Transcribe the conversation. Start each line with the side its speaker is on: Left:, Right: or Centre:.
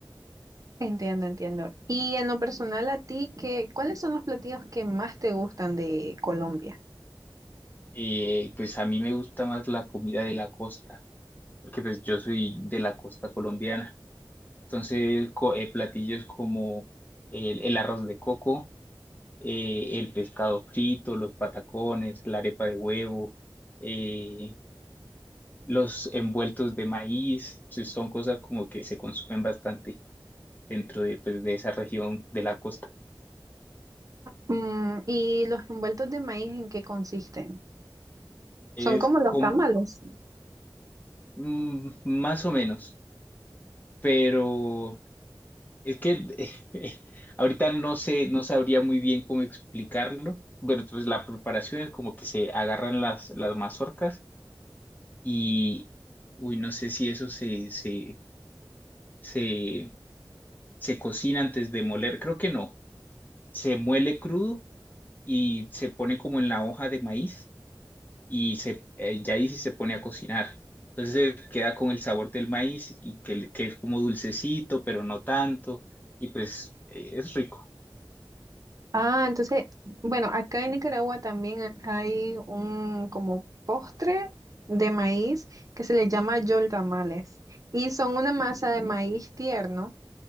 Right: Entiendo, entiendo. Y en lo personal, a ti, ¿qué, cuáles son los platillos que más te gustan de Colombia?
Left: Eh, pues a mí me gusta más la comida de la costa, porque pues yo soy de la costa colombiana. Entonces, co- eh, platillos como el, el arroz de coco, eh, el pescado frito, los patacones, la arepa de huevo, eh, los envueltos de maíz, pues, son cosas como que se consumen bastante dentro de, pues, de esa región de la costa.
Right: Mm, ¿y los envueltos de maíz en qué consisten? Son
Left: Es
Right: como los
Left: com-
Right: tamales.
Left: mm, más o menos, pero es que <laughs> ahorita no sé, no sabría muy bien cómo explicarlo. Bueno, entonces la preparación es como que se agarran las, las mazorcas y, uy, no sé si eso se, se, se, se cocina antes de moler, creo que no, se muele crudo y se pone como en la hoja de maíz y se, eh, ya ahí sí se pone a cocinar. Entonces eh, queda con el sabor del maíz y que, le- que es como dulcecito, pero no tanto, y pues eh, es rico.
Right: Ah, entonces, bueno, acá en Nicaragua también hay un como postre de maíz que se le llama yol tamales y son una masa de maíz tierno.